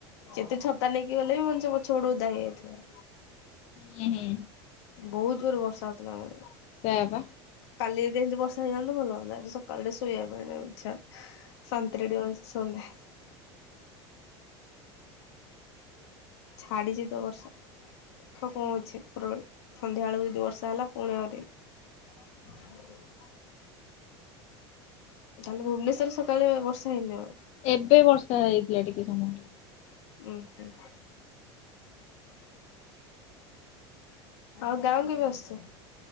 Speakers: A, on the left (about 80°); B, on the left (about 50°).
A: ଯେତେ ଛତା ନେଇକି ଗଲେ ବି ମଣିଷ ପଛ ପଟୁ ଓଦା ହେଇଯାଇଥିବ
B: ହୁଁ ହୁଁ
A: ବହୁତ ଜୋରରେ ବର୍ଷା ହେଉଥିଲା ଆମ ଆଡେ
B: ସେୟା ପା
A: କାଲି ଯଦି ଏମିତି ବର୍ଷା ହେଇଯାନ୍ତା ଭଲ ହୁନ୍ତା ସକାଳୁ ଶୋଇବା ପାଇଁ ଇଛା ଶାନ୍ତିରେ ଟିକେ ସନ୍ଦା ଛାଡ଼ିଚିତ ବର୍ଷା ଦେଖ କଣ ହଉଛି ଉପରବଳି ସନ୍ଧ୍ୟାବେଳକୁ ଯଦି ବର୍ଷା ହେଲା ପୁଣି ଆହୁରି ହ <unintelligible> ତାହେଲେ ଭୁବନେସ୍ୱର ସକାଳେ ବର୍ଷା ହେଇନି ଆଉ
B: ଏବେ ବର୍ଷା ହେଇଥିଲା ଟିକେ ସମୟ
A: ଉୁଁ ହୁଁ ଆଉ ଗାଁ କୁ କେବେ ଆସୁଛ।?